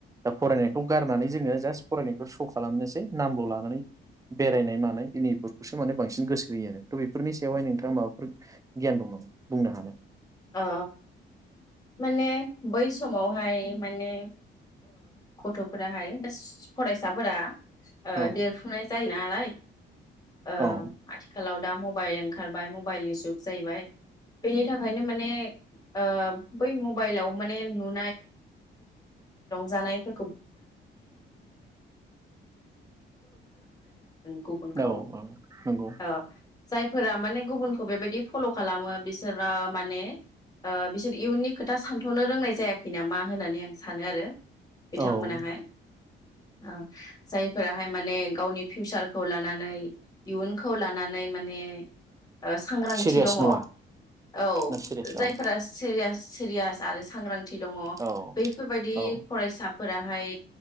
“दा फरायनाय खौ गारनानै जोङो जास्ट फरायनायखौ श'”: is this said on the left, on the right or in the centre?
Right